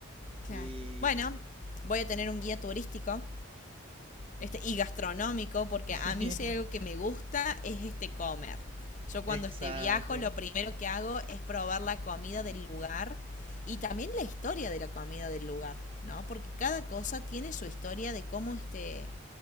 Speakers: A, on the left; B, on the right.
A: Claro.
B: Y...
A: Bueno, voy a tener un guía turístico este, y gastronómico porque
B: <laughs>
A: a mí si hay algo que me gusta es este comer. Yo cuando
B: Exacto.
A: este viajo lo primero que hago es probar la comida del lugar y también la historia de la comida del lugar, ¿no? Porque cada cosa tiene su historia de cómo este